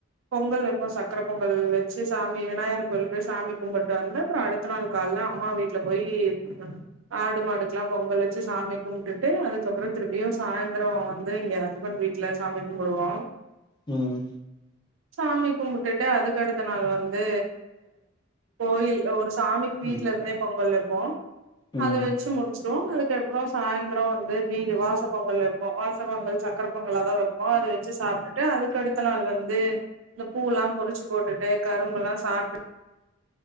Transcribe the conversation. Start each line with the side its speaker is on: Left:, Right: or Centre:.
Right: பொங்கல் வெப் அப்றோ சக்கர பொங்கல் வச்சு சாமி விநாயகர் கோவில் போய் சாமி கும்பிட்டு வந்து அப்புறம் அடுத்த நாள் கால்ல அம்மா வீட்ல போய் கும்டுவாங்க ஆடு மாடுக்லா பொங்கல் வச்சு சாமி கும்ட்டுட்டு அதுக்கப்புறம் திரும்பியும் சாய்ந்த்ரம் வந்து எங்க ஹஸ்பண்ட் வீட் வீட்ல சாமி கும்பிடுவோ
Left: ம்
Right: சாமி கும்பிட்டுட்டு அதுக்கு அடுத்த நாள் வந்து கோயில் ஒரு சாமிக் வீட்லருந்தே
Left: ம்
Right: பொங்கல் வெப்போ
Left: ம்
Right: அத வெச்சு முடிச் சுடுவோ அதுக்கப்றம் சாய்ந்திரம் வந்து வீவு வாச பொங்கல் வெப்போ வாஸ் பொங்கல் சக்கர பொங்காலா தா வெப்போ அத வெச்சு சாப்ட்டுட்டு அதுக்கு அடுத்த நாள் வந்து இந்த பூல்லா பொறிச்சு போட்டுட்டு கரும்பெல்லா சாப்ட்டு